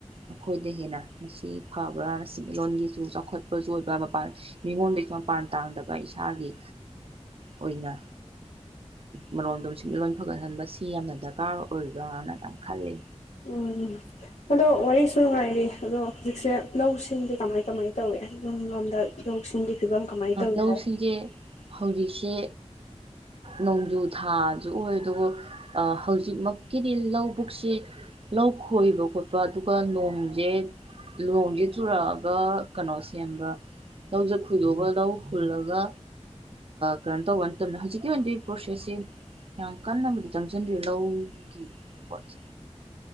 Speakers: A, on the right; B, on the left.
A: ꯑꯈꯣꯏꯗ ꯍꯦꯟꯅ ꯃꯁꯤ ꯐꯕ꯭ꯔꯥꯅ ꯁꯦꯟꯃꯤꯠꯂꯣꯟꯒꯤꯖꯨ ꯆꯥꯎꯈꯠꯄꯖꯨ ꯑꯣꯏꯕ ꯄꯥꯠ ꯃꯤꯉꯣꯟꯗꯁꯨ ꯃꯄꯥꯟ ꯇꯥꯡꯗꯕ ꯏꯁꯥꯒꯤ ꯑꯣꯏꯅ ꯃꯔꯣꯝꯗꯣꯝ ꯁꯦꯟꯃꯤꯠꯂꯣꯟ ꯐꯒꯠꯍꯟ ꯁꯤ ꯌꯥꯝꯅ ꯗꯔꯀꯥꯔ ꯑꯣꯏꯕ꯭ꯔꯥꯅ ꯌꯥꯝ ꯈꯜꯂꯤ
B: ꯎꯝ ꯑꯗꯣ ꯋꯥꯔꯤꯁꯨ ꯅꯨꯡꯉꯥꯏꯔꯤ ꯑꯗꯣ ꯍꯧꯖꯤꯛꯁꯦ ꯂꯧꯁꯤꯡꯗꯤ ꯀꯃꯥꯏ ꯀꯃꯥꯏꯅ ꯇꯧꯏ ꯌꯨꯝ ꯂꯣꯝꯗ ꯂꯧꯁꯤꯡ ꯆꯤꯡꯒꯤ ꯐꯤꯕꯝ ꯀꯃꯥꯏ ꯇꯧꯔꯤ
A: ꯂꯧꯁꯤꯡꯁꯦ
B: ꯍꯥꯏ
A: ꯍꯧꯖꯤꯛꯁꯦ ꯅꯣꯡꯖꯨ ꯊꯥꯖꯨ ꯑꯣꯏ ꯑꯗꯨꯒ ꯑꯥ ꯍꯧꯖꯤꯛꯃꯛꯀꯤꯗꯤ ꯂꯧꯕꯕꯨꯛꯁꯦ ꯂꯧ ꯈꯣꯏꯕ ꯈꯣꯠꯄ ꯑꯗꯨꯒ ꯅꯣꯡꯖꯦ ꯂꯣꯡꯖꯦ ꯆꯨꯔꯛꯑꯒ ꯀꯩꯅꯣ ꯁꯦꯝꯕ ꯂꯧꯁ ꯈꯣꯏꯗꯣꯛꯑ ꯂꯧ ꯍꯨꯜꯂꯒ ꯀꯩꯅꯣ ꯇꯧꯕ ꯅꯠꯇꯝꯅꯤꯅ ꯍꯧꯖꯤꯛꯀꯤ ꯑꯣꯏꯅꯗꯤ ꯄ꯭ꯔꯣꯁꯦꯁꯁꯦ ꯌꯥꯝ ꯀꯟꯅꯕꯨꯗꯤ ꯆꯪꯖꯟꯗ꯭ꯔꯤ ꯂꯧꯒꯤ ꯄꯣꯠꯁꯦ